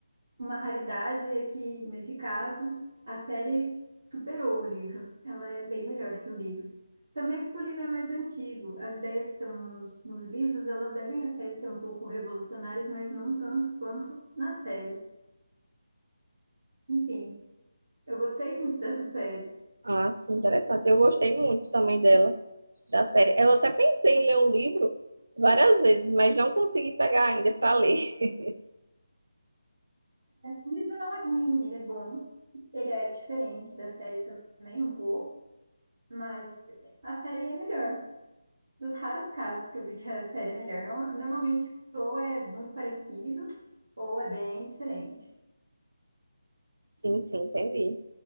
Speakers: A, on the right (about 40°); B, on the right (about 80°).
A: Uma raridade é que, nesse caso, a série superou o livro. Ela é bem melhor do que o livro. Também porque o livro é mais antigo. As ideias que estão nos, nos livros, elas devem até ser um pouco revolucionárias, mas não tanto quanto na série. Enfim, eu gostei muito dessa série.
B: Ah, sim, interessante. Eu gostei muito também dela, da série. Eu até pensei em ler o livro várias vezes, mas não consegui pegar ainda para ler. <laughs>
A: O livro não é ruim, ele é bom. Ele é diferente da série também, um pouco, mas a série é melhor. dos raros casos que eu vi que a série é melhor. No- Normalmente, ou é muito parecido, ou é bem diferente.
B: Sim, sim, entendi.